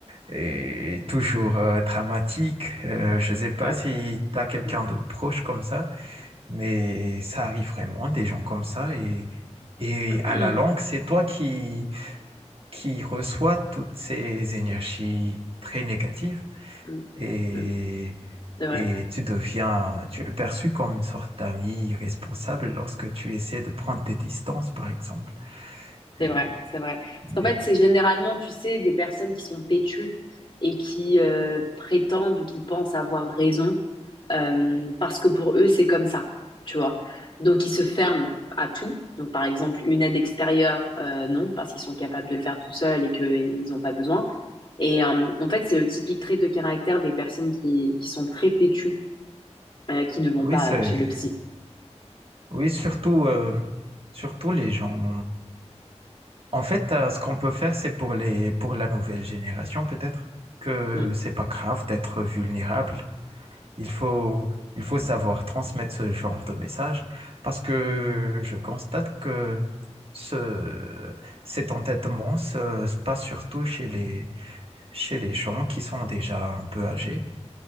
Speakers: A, on the right; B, on the left.
A: et toujours euh, dramatique. Euh, je ne sais pas
B: Ouais.
A: si tu as quelqu'un
B: Mm.
A: de proche comme ça, mais ça arrive vraiment, des gens comme ça. Et, et
B: <clears throat>
A: à la longue, c'est toi qui, qui reçois toutes ces énergies très négatives
B: Mm.
A: et,
B: Mm. C'est vrai.
A: et tu deviens, tu es perçu comme une sorte d'ami irresponsable lorsque tu essaies de prendre tes distances, par exemple.
B: C'est
A: Et-
B: vrai, c'est vrai. Parce
A: mais
B: qu'en fait, c'est généralement, tu sais, des personnes qui sont têtues et qui euh, prétendent ou qui pensent avoir raison euh, parce que pour eux, c'est comme ça, tu vois. Donc, ils se ferment à tout. Donc, par exemple, une aide extérieure, euh, non, parce qu'ils sont capables de le faire tout seuls et qu'ils n'ont pas besoin. Et euh, en fait, c'est le typique trait de caractère des personnes qui, qui sont très têtues, euh, qui ne vont
A: oui,
B: pas
A: c'est,
B: chez le psy.
A: oui, surtout, euh, surtout les gens. En fait, euh, ce qu'on peut faire, c'est pour les, pour la nouvelle génération, peut-être, que
B: Mm,
A: c'est pas grave d'être vulnérable Il faut, il faut savoir transmettre ce genre de message parce que je constate que ce, cet entêtement se, se passe surtout chez les, chez les gens qui sont déjà un peu âgés,